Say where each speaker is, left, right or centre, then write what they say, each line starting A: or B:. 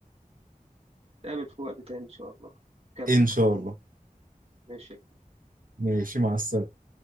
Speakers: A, on the right; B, on the right.
A: نتقابل في وقت تاني ان شاء الله نتكلم
B: ان شاء الله
A: ماشي
B: ماشي مع السلامة